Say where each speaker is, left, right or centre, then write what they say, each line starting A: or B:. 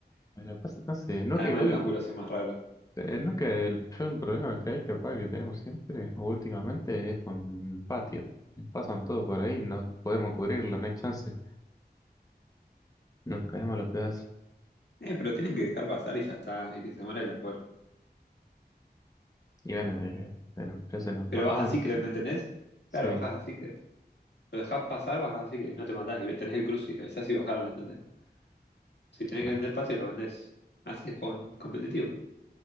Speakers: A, on the left; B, on the left.
A: Bueno, pasa- no sé, no
B: Además
A: que igual.
B: los ángulos son más raros.
A: Eh, no que el yo el problema que hay, capaz que tenemos siempre, o últimamente, es con patio. Nos pasan todo por ahí, no podemos cubrirlo, no hay chance. Nos caemos a los pedazos.
B: Eh, pero tienen que dejar pasar y ya está, y que se muera y las
A: Y bueno, eh, bueno, ya se nos
B: Pero
A: baja
B: vas
A: uno.
B: a Secret, ¿me entendés?
A: Sí,
B: Claro, bajás a Secret. Lo dejás pasar, bajás a Secret y no te matás y tenés el cruce y avisás si bajaron, ¿entendés? Si tenés
A: claro.
B: que vender patio, lo vendés. Así es juego competitivo.